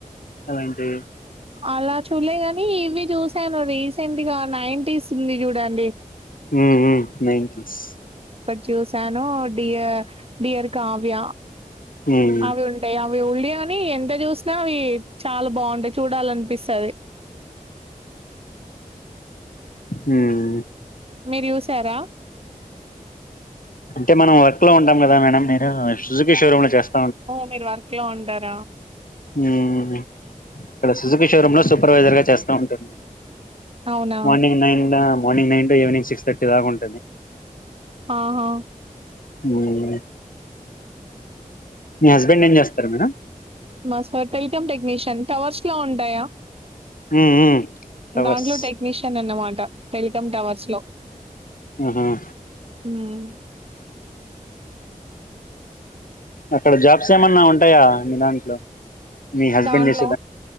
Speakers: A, on the left; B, on the right.
A: అలాంటివి
B: అలా చూల్లే కానీ ఇవి చూసాను రీసెంట్ గా నైంటీస్ ఉంది చూడండి
A: మ్మ్ మ్మ్ నైంటీస్
B: చూసానో డియ డియర్ కావ్య
A: ఉమ్
B: అవి ఉంటాయి య వి ఉల్డి అని ఎంత చూసినా అవి చాలా బాగుంటాయి చూడాలనిపిస్తది
A: మ్మ్
B: మీరు చూసారా
A: అంటే మనం వర్క్ లో ఉంటాం కదా మేడం మీరు సుజుకీ షోరూమ్ లో చేస్
B: ఓ మీరు వర్క్ లో ఉండ్ టార
A: మ్మ్ క్కడ సుజుకి షోరూమ్ లో సుప్ పర్వైజర్ గా చేస్త ఉంటాను
B: అవునా
A: మార్నింగ్ నైన్ దాన morning nine to evening six thirty దాకా ఉన్
B: ఆహా
A: మ్మ్ మీ హస్బెండ్ ఏం చేస్తారు మేడం
B: మా సార్ టెల్కమ్ టెక్నీషియన్ టవర్స్ లొ ఉంటాయా
A: ఉమ్ ఉమ్ టవర్స్
B: దాంలో టెక్నీషియన్ అన్న మాట టెల్కమ్ టవర్స్ లో
A: ఆహా
B: హుమ్
A: అక్కడ జాబ్స్ ఏమన్నా ఉంటాయా మీ దాంట్లో మీ హస్బెండ్
B: దాంట్లో
A: చేసే